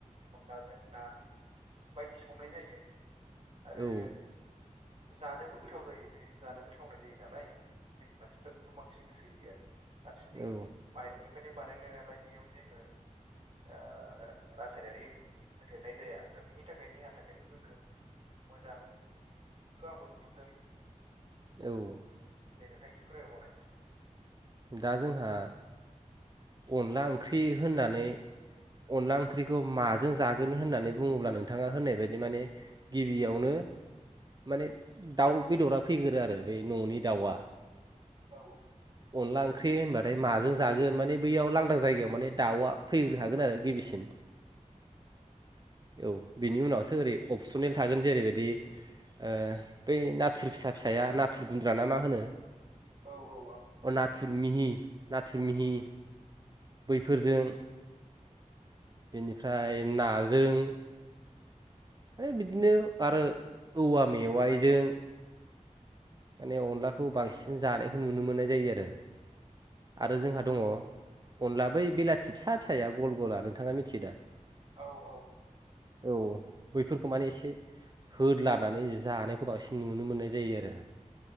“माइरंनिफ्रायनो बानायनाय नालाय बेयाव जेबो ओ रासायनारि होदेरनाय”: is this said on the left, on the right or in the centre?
Right